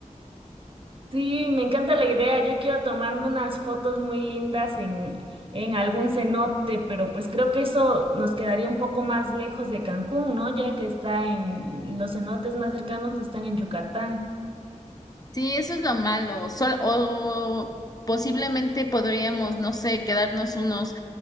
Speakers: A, on the right; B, on the left.
A: Sí, me encanta la idea. Yo quiero tomarme unas fotos muy lindas en, en algún cenote, pero pues creo que eso nos quedaría un poco más lejos de Cancún, ¿no? Ya que está en los cenotes más cercanos están en Yucatán.
B: Sí, eso es lo malo. Sol- o, o posiblemente podríamos, no sé, quedarnos unos